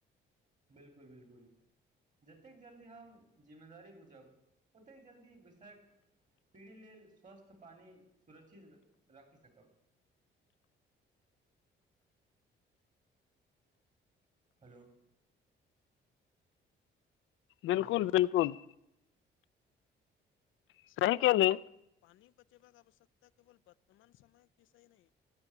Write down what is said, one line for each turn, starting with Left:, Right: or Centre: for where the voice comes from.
Right: बिल्कुल बिल्कुल जतेक जल्दी हम जिम्मेदारी बुझब ओतेक जल्दी विषयख पीरी लेल स्वस्थ पानि सुरक्षित राखि सकब हेलो
Left: बिल्कुल
Right: हेलो
Left: बिल्कुल सही के पानी बचेबा क आवश्यकता केवल वर्तमान समय विषय नहि